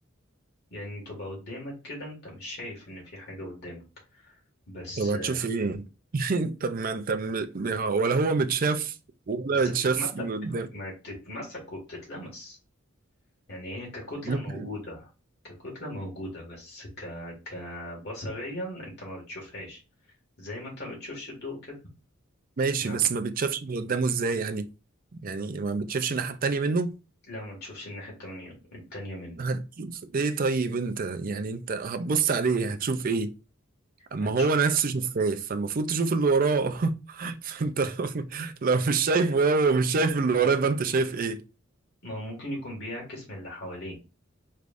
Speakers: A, on the left; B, on the right.
A: يعني تبقى قدامك كده انت مش شايف ان في حاجة قدامك بس
B: طب هتشوف ايه <laughs> طب ما انت م... ولا هو متشاف ولا
A: بس
B: يتشاف
A: بتتمسك
B: من قدام
A: ما بتتمسك وبتتلمس يعني هي ككتلة
B: ممكن
A: موجودة ككتلة موجودة بس ك... كبصريا انت ما بتشوفهاش زي ما انت ما بتشوفش الضوء كده
B: ماشي
A: لا
B: بس ما بيتشافش من قدامه ازاي يعني يعني ما بيتشافش الناحية التانية منه
A: لا ما تشوفش الناحية التمانية التانية منه
B: هتشوف ايه طيب انت يعني انت هتبص عليه هتشوف ايه اما
A: هتش...
B: هو نفسه شفاف فالمفروض تشوف اللي وراه <laughs> انت لو لو مش شايف وهو مش شايف اللي وراه يبقى انت شايف ايه
A: ما هو ممكن يكون بيعكس من اللي حواليه